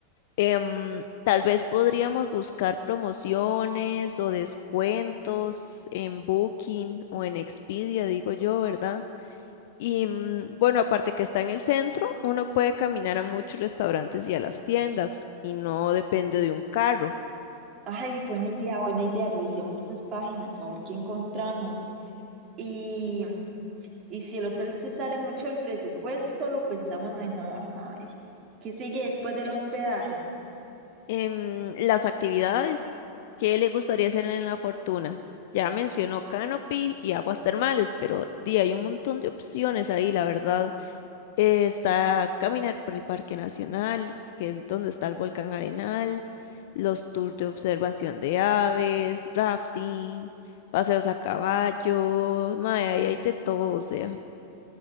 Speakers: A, on the left; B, on the right.
A: Em, tal vez podríamos buscar promociones o descuentos en Booking o en Expedia, digo yo, ¿verdad? Y mm, bueno, aparte que está en el centro, uno puede caminar a muchos restaurantes y a las tiendas y no depende de un carro.
B: Ay, buena idea, buena idea. Revisemos esas páginas, a ver qué encontramos. Y, y si el hotel se sale mucho del presupuesto, lo pensamos mejor. Ay, ¿qué sigue después del hospedaje?
A: Em, las actividades, ¿qué le gustaría hacer en La Fortuna? Ya mencionó Canopy y aguas termales, pero di, hay un montón de opciones ahí, la verdad. Eh, está caminar por el Parque Nacional, que es donde está el volcán Arenal, los tours de observación de aves, rafting, paseos a caballo, mae, ahí hay de todo, o sea.